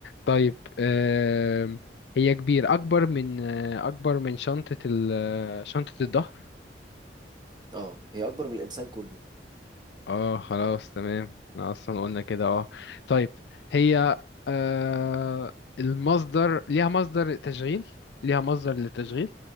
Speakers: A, on the left; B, on the right.
A: طيب آه هي كبير أكبر من آه، أكبر من شنطة ال آه، شنطة الظهر
B: اه هي اكبر من الانسان كله
A: اه خلاص تمام احنا اصلا قلنا كده اه طيب هي آه المصدر ليها مصدر تشغيل ليها مصدر للتشغيل